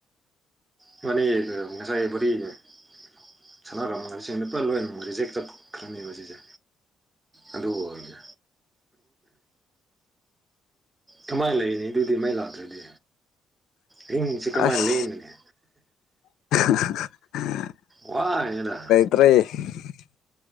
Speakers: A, on the right; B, on the left.
A: <unintelligible> ꯁꯥꯟꯅꯔꯝꯃꯒꯁ ꯂꯨꯄꯥ ꯂꯣꯏꯅꯃꯛ ꯔꯤꯖꯦꯛ ꯆꯠꯈ꯭ꯔꯅꯤꯕ ꯁꯤꯁꯦ ꯑꯗꯨ ꯑꯣꯏꯔꯗꯤ ꯀꯃꯥꯏꯅ ꯂꯩꯔꯤꯅꯤ ꯑꯗꯨꯗꯤ ꯃꯩ ꯂꯥꯛꯇ꯭ꯔꯗꯤ ꯔꯤꯡꯁꯦ ꯀꯃꯥꯏꯅ
B: ꯑꯁ
A: ꯂ‌ꯦꯡꯒꯅꯦ
B: <unintelligible>
A: ꯋꯥꯔꯅꯤꯅ‌ꯦ ꯅꯪ
B: <unintelligible>